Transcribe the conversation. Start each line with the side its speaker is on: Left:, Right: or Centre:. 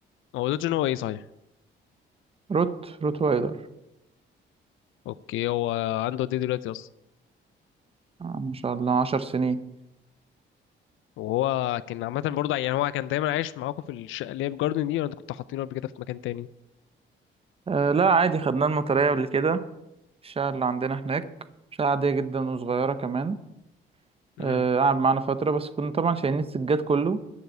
Left: هو دوج إن هو ايه صحيح
Right: روت روت وايلر
Left: اوكي هو عنده قد ايه دلوقتي اصلا
Right: آه، ما شاء الله عشر سنين
Left: وهو كان عامة برضه يعني هو كان دايما عايش معاكم في الشقة اللي هي بجاردن دي ولا انتوا كنتوا حاطينه قبل كده في مكان تاني؟
Right: أه لا عادي خدناه المطرية قبل كده الشقة اللي عندنا هناك شقة عادية جدا وصغيرة كمان
Left: امم
Right: أه قعد معانا فترة بس كنا طبعا شايلين السجاد كله